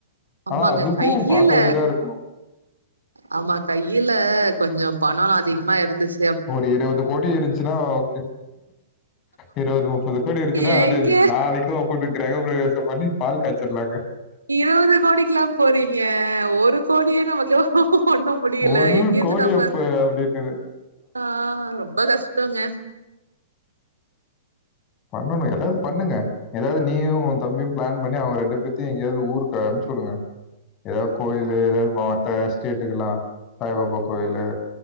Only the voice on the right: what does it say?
ஆமாங்க
கையில
ஆமா கையில கொஞ்சம் பண அதிகமாருந்துச்சு
ஏங்க
இறவது கோடிக்ல்லாம் போறீங்க ஒரு கோடியே நமக்கு ஒன்னும் முடியல
எங்கேந்து
நம்ம
ஆ ரொம்ப கஷ்டங்க